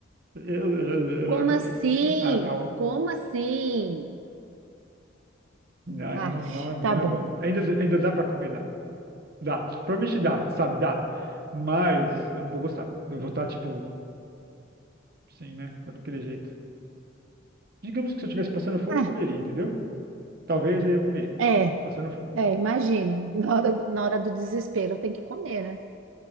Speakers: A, on the right; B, on the right.
A: Eu, eu, já- eu
B: Como
A: já cansei.
B: assim?
A: Ah, não.
B: Como assim?
A: Não, ainda
B: Ah,
A: não, não é, não
B: tá bom.
A: é bom. Ainda, ainda dá pra comer, dá. Dá. Provavelmente dá, sabe? Dá. Mas eu não vou gostar. Eu vou estar, tipo, assim, né? Daquele jeito. Digamos que se eu estivesse passando fome,
B: Ah,
A: eu comeria, entendeu? Talvez aí eu comeria.
B: é,
A: Passando fome.
B: é, imagino. Na hora, na hora do desespero tem que comer, né?